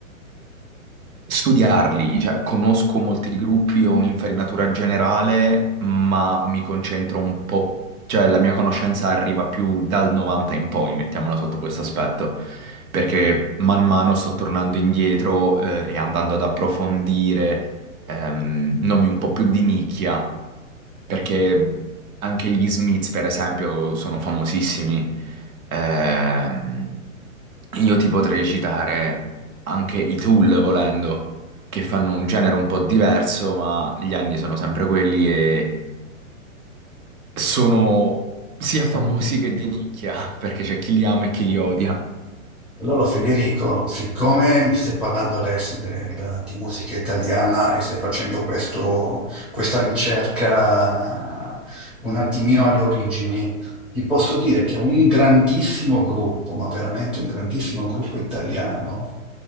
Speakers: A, on the right (about 75°); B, in the centre.
A: Studiarli, cioè conosco molti gruppi, ho un'infarinatura generale, ma mi concentro un po', cioè la mia conoscenza arriva più dal 90 in poi, mettiamola sotto questo aspetto, perché man mano sto tornando indietro eh, e andando ad approfondire ehm, nomi un po' più di nicchia perché anche gli Smiths, per esempio, sono famosissimi. Ehm, io ti potrei citare anche i Tool, volendo, che fanno un genere un po' diverso, ma gli anni sono sempre quelli e sono sia famosi
B: Mm.
A: che di nicchia, perché c'è chi li ama e chi li odia.
B: Allora Federico, siccome mi stai parlando adesso del- di musica italiana e stai facendo questo- questa ricerca un attimino alle origini, ti posso dire che un grandissimo gruppo, ma veramente un grandissimo gruppo italiano